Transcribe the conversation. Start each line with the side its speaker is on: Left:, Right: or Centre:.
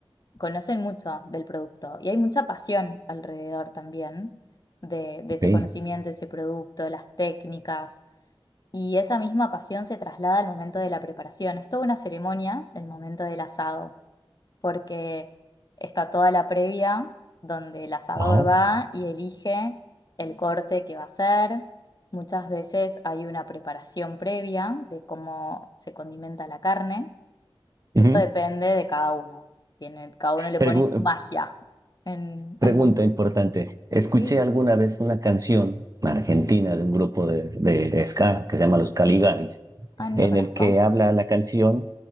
Left: conocen mucho del producto y hay mucha pasión alrededor también de, de
Right: ok,
Left: ese conocimiento, ese producto, las técnicas. Y esa misma pasión se traslada al momento de la preparación. Es toda una ceremonia del momento del asado porque está toda la previa donde el asador
Right: Ajá.
Left: va y elige el corte que va a hacer. Muchas veces hay una preparación previa de cómo se condimenta la carne.
Right: ujú.
Left: Eso depende de cada uno. Tiene, cada uno le
Right: Pregu-
Left: pone su magia en,
Right: pregunta
Left: al momento.
Right: importante. Escuché
Left: Sí.
Right: alguna vez una canción argentina de un grupo de, de, de ska que se llama Los Caligaris,
Left: Ah, no
Right: en
Left: lo conozco.
Right: el que habla la canción